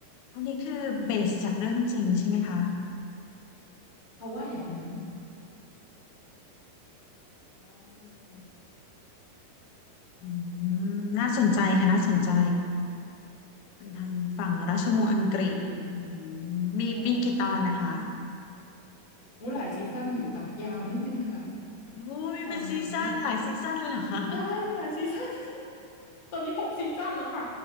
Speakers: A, on the left; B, on the left.
A: อันนี้คือเบสจากเรื่องจริงใช่ไหมคะ
B: เขาว่าอย่างนั้น
A: อ๋ออืมน่าสนใจค่ะน่าสนใจ เป็นทางฝั่งราชวงศ์อังกฤษอื
B: ทำดีค่ะ
A: มมีปีกี่ตอนนะคะ
B: ใช่ใช่วุ้หลายซีซั่นอยู่ค่ะยาวนิดนึงค่ะ
A: โอ้มีเป็นซีซั่นหลายซีซั่นเลยเหรอคะ
B: ตอนนี้ใช่หลายซีซั่น <laughs> ตอนนี้หกซีซั่นแล้วค่ะ